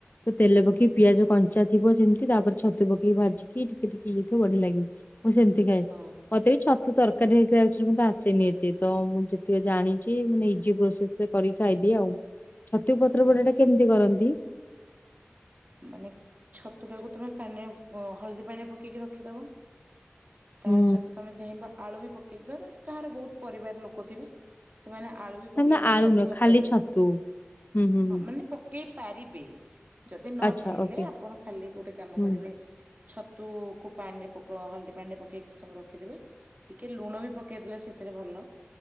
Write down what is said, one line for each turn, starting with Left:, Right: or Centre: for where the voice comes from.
Left: ତ ତେଲ ପକେଇି ପିଆଜ କଞ୍ଚା ଥିବ ସେମିତି ତାପରେ ଛତୁ ପକେଇକି ଭାଜି କି ଟିକେ ଟିକେ ହେଇଥିବ ବଢିଆ ଲାଗିବ। ମୁଁ ସେମିତି ଖାଏ
Right: ହଁ
Left: ମତେ ବି ଛ ତୁ ତରକାରୀ ନେଇକି ଆସିବୁନା ଆସେନି ଏତେ ତ ମୁଁ ଯେତିକି ଜାଣିଛି ମୁଁ ନିଜେ ପ୍ରସ୍ତୁତ କରିକି ଖାଇଦିଏ ଆଉ। ଛତୁ ପତ୍ର ପୋଡ଼ାଟା କେମିତି କରନ୍ତି?
Right: ମାନେ ଛତୁ ଟାକୁ ତୁମେ ପାଣିରେ ହଳଦୀ ପାଣିରେ ପକେଇକି ରଖିଦବ ତା
Left: ହୁଁ
Right: ସହିତ ତମେ ଚାହିଁବ ଆଳୁ ବି ପକ କିଧରଜ କାହାର ବହୁତ ପରିବାର ଲୋକ ଥିବେ ସେମାନେ ଆଳୁ ବି ପକେଇକି
Left: ନା ମାନେ
Right: ଟିକେ
Left: ଆଳୁ
Right: ଅଧିକ
Left: ନୁହଁ ଖାଲି
Right: ପରିମାଣ
Left: ଛତୁ। ହୁଁ ହୁଁ
Right: ହଁ
Left: ହୁଁ।
Right: ମାନେ ପକେଇ ପାରିବେ। ଯଦି ନ
Left: ଆଚ୍ଛା
Right: ଚାହିଁଲେ
Left: ଓକେ
Right: ଆପଣ ଖାଲି ଗୋଟେ କାମ
Left: ହୁଁ
Right: କରିବେ ଛ ତୁ କୁ ପାଣିରେ ପକ ହଳଦୀ ପାଣିରେ ପକେଇକି କିଛି ସମୟ ରଖିଦେବେ ଟିକେ ଲୁଣ ବି ପକେଇଦେଲେ ସେଥିରେ ଭଲ।